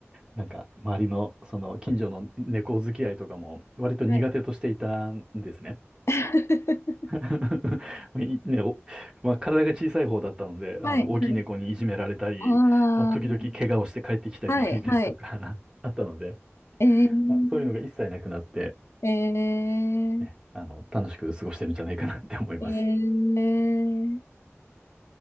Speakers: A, on the right; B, on the left.
A: なんか、周りの、その、近所の猫付き合いとかも、割と苦手としていたんですね。
B: はい。<laughs>
A: <laughs> いね、お、まあ、体が小さい方だったので、
B: はい、
A: あの、
B: はい。
A: 大きい猫にいじめられたり、
B: ああ、
A: まあ、時々怪我をして帰ってきたり
B: はい、
A: <laughs> ですとか
B: はい。
A: <laughs> あったので、
B: え
A: まあ、そういうのが一切なくなって、
B: ええ
A: ね、あの、楽しく過ごしてるんじゃないかなって思います。
B: えええ